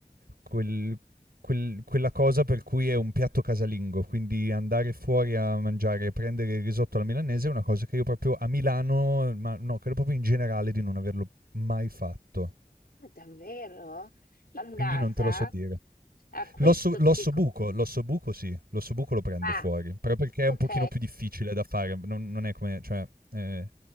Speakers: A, on the right (about 80°); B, on the left (about 85°).
A: quel- quel- quella cosa per cui è un piatto casalingo, quindi andare fuori a mangiare, prendere il risotto alla milanese è una cosa che io proprio a Milano, ma no, credo proprio in generale di non averlo mai fatto,
B: Ma davvero? L'andata
A: quindi non te lo so dire.
B: a questo
A: L'osso l'ossobuco,
B: che... co-
A: l'ossobuco sì, l'ossobuco lo prendo
B: Ah,
A: fuori, però perché è
B: ok,
A: un pochino più difficile da fare, non non è come cioè, ehm,